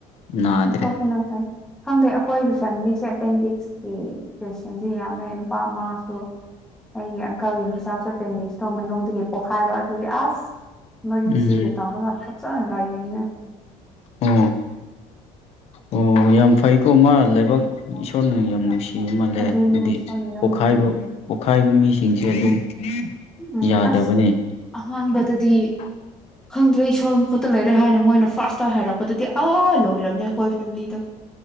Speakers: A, on the left; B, in the centre.
A: ꯅꯥꯗ꯭ꯔꯦ
B: ꯆꯠꯊꯣꯛꯄꯅ ꯐꯩ ꯈꯪꯗꯦ ꯑꯩꯈꯣꯏꯒꯤ ꯐꯦꯃꯤꯂꯤꯁꯦ ꯑꯦꯄꯦꯟꯗꯤꯛꯁꯀꯤ ꯄꯦꯁꯦꯟꯁꯦ ꯌꯥꯝꯃꯦ ꯅꯨꯄꯥ ꯑꯃꯁꯁꯨ ꯑꯩꯒꯤ ꯑꯪꯀꯜꯒꯤ ꯃꯆꯥꯥꯛꯁꯨ ꯑꯦꯄꯦꯟꯗꯤꯛꯁꯇꯣ ꯃꯅꯨꯡꯗꯒꯤ ꯄꯣꯛꯈꯥꯏꯕ ꯑꯗꯨꯒꯤ ꯑꯁ ꯏꯃꯔꯖꯦꯟꯁꯤꯒꯤ
A: ꯎꯝ
B: ꯒꯤ ꯇꯔ ꯊꯠ ꯆꯥꯅ ꯂꯥꯏꯅꯦ
A: ꯑ ꯑꯣ ꯌꯥꯝ ꯐꯩꯀꯣ ꯃꯥ ꯂꯩꯕꯥꯛ ꯏꯁꯣꯔꯅ ꯌꯥꯝ ꯅꯨꯡꯁꯤ ꯀꯤꯕ ꯃꯥꯜꯂꯦ
B: ꯑꯗꯨꯅꯤ
A: ꯑꯗꯨꯗꯤ
B: ꯏꯁꯣꯔꯅ ꯌꯥꯝ
A: ꯄꯣꯠꯈꯥꯏꯕ
B: ꯅꯨꯡꯁꯤꯕꯅꯤ
A: ꯄꯣꯠꯈꯥꯏꯕ ꯃꯤꯁꯤꯡꯁꯦ ꯑꯗꯨꯝ
B: ꯎꯝ
A: ꯌꯥꯗꯕꯅꯦ
B: ꯑꯁ ꯑꯍꯥꯟ ꯗꯗꯤ
A: <unintelligible>
B: ꯈꯪꯗ꯭ꯔꯦ ꯏꯁꯣꯔꯨꯝ ꯈꯨꯠꯇ ꯂꯩꯔꯦ ꯍꯥꯏꯅ ꯃꯣꯏꯅ ꯐꯥꯔꯁꯇ ꯍꯥꯏꯔꯛꯄꯗꯗꯤ ꯑꯥ ꯂꯣꯏꯔꯕꯅꯦ ꯑꯩꯈꯣꯏ ꯐꯦꯃꯤꯂꯤꯗꯣ